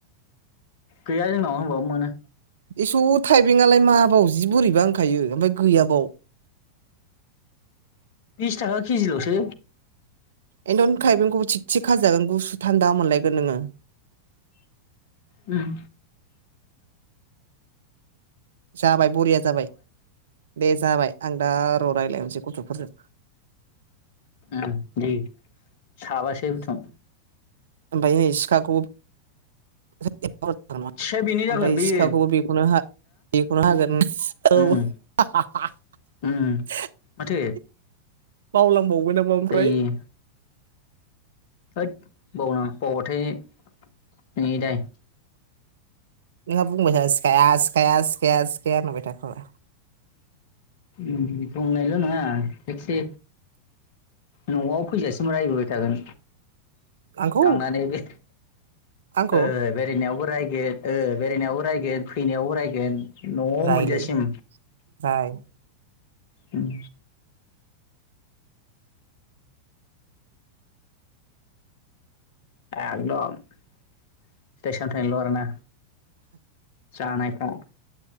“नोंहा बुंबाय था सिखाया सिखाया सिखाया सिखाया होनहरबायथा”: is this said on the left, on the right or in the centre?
Right